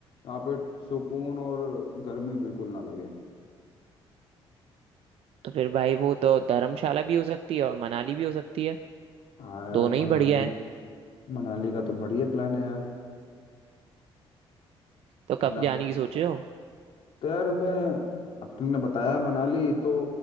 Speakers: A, on the left; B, on the right.
A: यहाँ पे सुकून और गर्मी बिल्कुल ना लगे
B: तो फिर भाई वो तो धर्मशाला भी हो सकती है और मनाली भी हो सकती है
A: हाँ यार
B: दोनों
A: मनाली
B: ही बढ़िया है
A: मनाली का तो बढ़िया प्लान है यार
B: तो कब
A: है ना
B: जाने की सोचे हो
A: तो यार मैं अब तुमने बताया मनाली तो